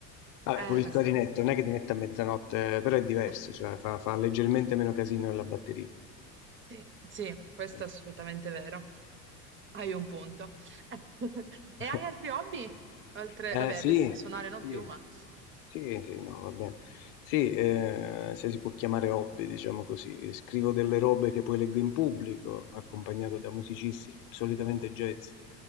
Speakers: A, on the left (about 40°); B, on the right (about 25°).
A: Vabbè,
B: Eh,
A: pure il
B: questo
A: clarinetto,
B: è vero. questo
A: non
B: è
A: è che ti
B: vero.
A: mette a mezzanotte, però è diverso,
B: <laughs>
A: cioè fa, fa leggermente meno casino della batteria.
B: Sì, sì, questo
A: Eh,
B: è assolutamente vero. Hai un punto. <laughs> E
A: <laughs>
B: hai altri hobby? Altre...
A: Eh,
B: Vabbè,
A: sì,
B: adesso suonare non
A: sì.
B: più, ma
A: Sì, sì, no, va bene. Sì, eh, se si può chiamare hobby, diciamo così. Scrivo delle robe che poi leggo in pubblico, accompagnato da musicisti, solitamente jazz.